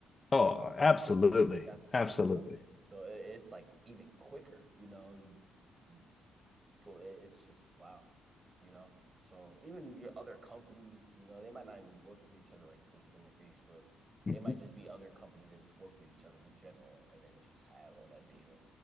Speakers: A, on the left; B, on the right.
A: Oh,
B: I
A: absolutely.
B: f- that that's
A: Absolutely.
B: what I'm thinking. So it, it's like even quicker, you know, it's go it's just wow you know so even your other companies you know they might not even work with each other like Instagram and Facebook
A: Mhm.
B: they might just be other companies that just work with each other in general and then just have all that data